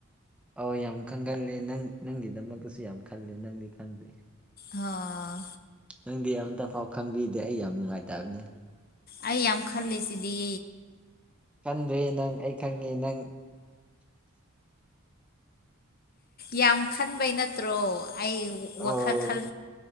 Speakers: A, in the centre; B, on the left.
A: ꯑꯧ ꯌꯥꯝ ꯈꯪꯒꯜꯂꯦ ꯅꯪ ꯅꯪꯒꯤꯗꯃꯛꯇꯁꯨ ꯌꯥꯝ ꯈꯜꯂꯦ ꯅꯪꯗꯤ ꯈꯪꯗꯦ
B: ꯑ
A: ꯅꯪꯗꯤ ꯑꯃꯝꯇ ꯐꯥꯎ ꯈꯪꯕꯤꯗꯦ ꯑꯩ ꯌꯥꯝ ꯅꯨꯡꯉꯥꯏꯇꯕꯅꯤ
B: ꯑꯩ ꯌꯥꯝ ꯈꯜꯂꯤ ꯁꯤꯗꯤ
A: ꯈꯟꯗ꯭ꯔꯦ ꯅꯪ ꯑꯩ ꯈꯪꯉꯦ ꯅꯪ
B: ꯌꯥꯝ ꯈꯟꯕꯩ ꯅꯠꯇ꯭ꯔꯣ ꯑꯩ
A: ꯑꯣ
B: ꯋꯥꯈꯜ ꯈꯜ